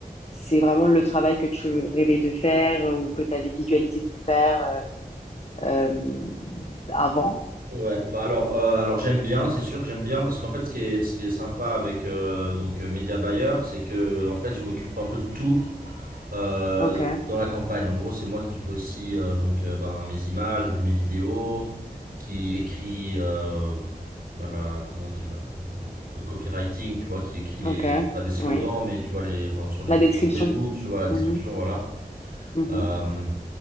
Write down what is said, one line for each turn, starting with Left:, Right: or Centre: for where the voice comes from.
Left: c'est vraiment le travail que tu rêvais de faire euh, ou que tu avais visualisé de faire euh, euh, avant?
Right: Ouais, bah alors, euh, alors j'aime bien, c'est sûr que j'aime bien, parce qu'en fait, ce qui est, ce qui est sympa avec euh, donc euh, Media Buyer, c'est que en fait, je m'occupe un peu de tout. euh,
Left: Ok,
Right: dans la campagne. En gros, c'est moi qui fais aussi euh, donc euh, ben, mes images ou les- mes vidéos, qui écrit euh, ben, la- comment on dit la- le, le copywriting, tu vois, qui écrit les
Left: ok,
Right: pas des slogans,
Left: oui.
Right: mais tu vois les enfin, sur les
Left: La
Right: pubs
Left: description.
Right: sur Facebook, tu vois la description,
Left: Mmh mh.
Right: voilà.
Left: Mmh
Right: Euh,